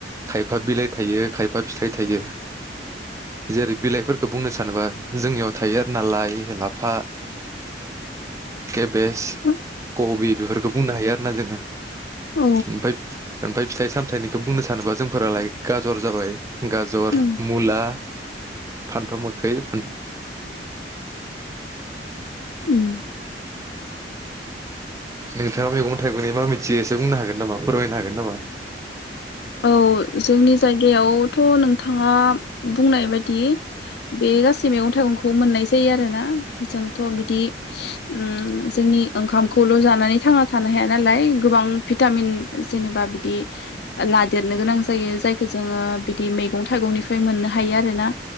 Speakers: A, on the right; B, on the left.
A: खायफा बिलाइ थायो खायफा फिथाइ थायो जेरै- बिलाइफोरखो बुंनो सानोबा जोंनियाव थायो आरो ना लाइ, लाफा केबेज
B: औ
A: कबि बेफोरखो बुंनो हायो आरो ना जोङो
B: औ
A: ओमफाय ओमफाय फिथाइ सामथायाइनिखो बुंनो सानोबा जोंफोरा लाइक गाजर जाबाय गाजर,
B: उम
A: मुला फानथाव मोखै, फान
B: उम
A: नोंथाङा मैगं थाइगंनि मा मिथियो एसे बुंनो हागोन नामा फोरमायनो हागोन नामा?
B: औ जोंनि जायगायावथ' नोंथाङा बुंनाय बायदि बे गासै मैगं थाइगंखौ मोननाय जायो आरोना । जोंथ' बिदि ओम जोंनि ओंखामखौल' जानानै थांना थानो हाया नालाय गोबां भिटामिन जेनेबा बिदि लादेरनो गोनां जायो जायखो जोङो बिदि मैगं थाइगंनिफाय मोननो हायो आरो ना।